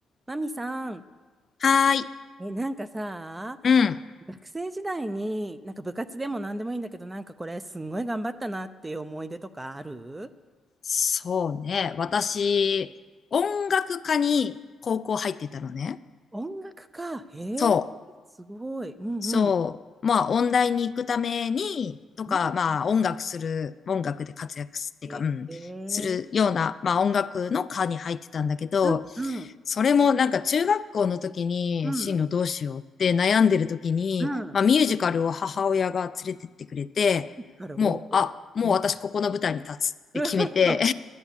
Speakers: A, on the right (about 25°); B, on the left (about 40°).
A: マミさん、
B: はーい。
A: え、なんかさ、
B: うん。
A: 学生時代に、なんか部活でも何でもいいんだけど、なんかこれすんごい頑張ったなっていう思い出とかある
B: そうね。私、音楽科に高校入ってたのね。
A: 音楽か。へえ、
B: そう。
A: すごい。うんうん。
B: そう。
A: そ
B: まあ、音大に行くために、とか、
A: うなんだね
B: まあ、音楽する、音楽で活躍すっていうか、
A: へえ、
B: うん、するような、まあ、音楽の科に入ってたんだけど、
A: うんうん、
B: それもなんか中学校の時に進路どうしようって悩んでる時に、
A: うん、うん。
B: まあ、ミュージカルを母親が連れてってくれて、
A: なるほど。
B: もう、あ、もう私ここの舞台に立つって決めて
A: うん <laughs>